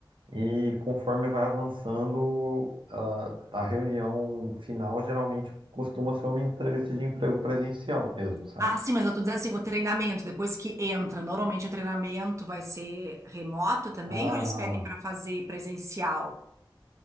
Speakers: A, on the right; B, on the right.
A: E conforme vai avançando, a, a reunião final geralmente costuma ser uma entrevista de emprego presencial mesmo, sabe?
B: Ah, sim, mas eu tô dizendo assim, o treinamento, depois que entra, normalmente o treinamento vai ser remoto também,
A: Ah,
B: ou eles pedem para fazer presencial?